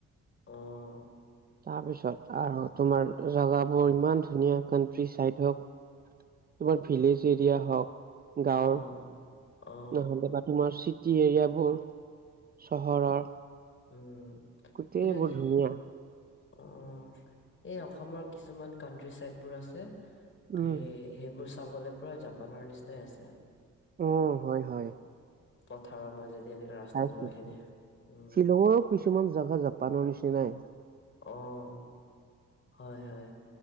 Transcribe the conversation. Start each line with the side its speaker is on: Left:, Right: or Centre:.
Left: অ
Right: তাৰপিছত আৰু তোমাৰ জেগাবোৰ ইমান ধুনীয়া কানট্ৰিচাইড হওঁক। তোমাৰ ভিলেজ এৰিয়া হওঁক। গাঁৱৰ
Left: অ', অ',
Right: নহ'লে বা তোমাৰ চিটি এৰিয়াবোৰ। চহৰৰ।
Left: উম।
Right: গোটেইবোৰ
Left: এইটো কি
Right: ধুনীয়া।
Left: অ', এই অসমৰ কিছুমান কাণ্ট্ৰিচাইদ বোৰ আছে।
Right: উম
Left: হেৰি সেইবোৰ চাবলৈ পুৰা জাপানৰ নিচিনাই আছে।
Right: উম, হয় হয়।
Left: পথাৰৰ মাজেদি এনেকে ৰাস্তা
Right: চাইছো
Left: যোৱা খিনি। উম।
Right: শ্বিলঙৰো কিছুমান জাগা জাপানৰ নিচিনাই।
Left: অ', হয় হয়।